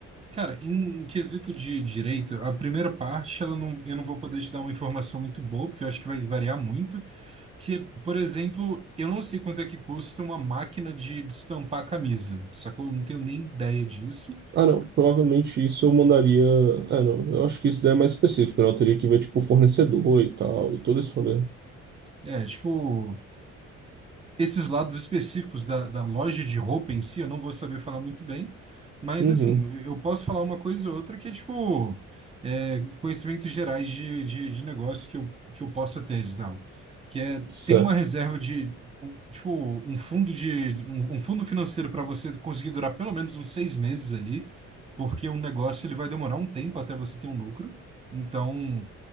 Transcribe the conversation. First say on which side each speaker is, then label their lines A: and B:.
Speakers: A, on the right (about 20°); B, on the right (about 35°).
A: Cara, em, em quesito de direito, a primeira parte, ela não, eu não vou poder te dar uma informação muito boa, porque eu acho que vai variar muito. Porque, por exemplo, eu não sei quanto é que custa uma máquina de, de estampar camisa, sacou? Eu não tenho nem ideia disso.
B: Ah, não, provavelmente isso eu mandaria. Ah, não, eu acho que isso daí é mais específico, né? Eu teria que ver, tipo, fornecedor e tal, e todo esse rolê.
A: É, tipo. esses lados específicos da, da loja de roupa em si, eu não vou saber falar muito bem, mas
B: Uhum.
A: assim, eu eu posso falar uma coisa ou outra que é tipo é, conhecimentos gerais de, de, de negócio que eu, que eu possa ter e tal. Que é,
B: Certo.
A: tem uma reserva de um- tipo um fundo de um, um fundo financeiro para você conseguir durar pelo menos uns seis meses ali, porque um negócio ele vai demorar um tempo até você ter um lucro. Então, n-